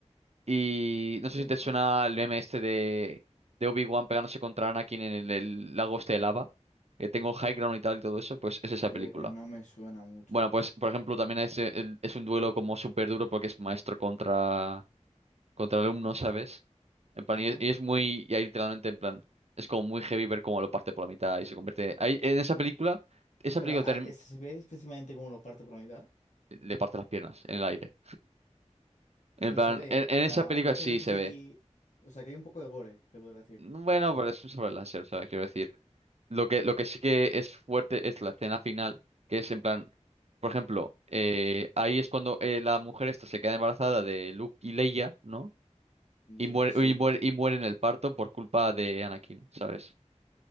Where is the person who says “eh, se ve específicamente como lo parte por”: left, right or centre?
Left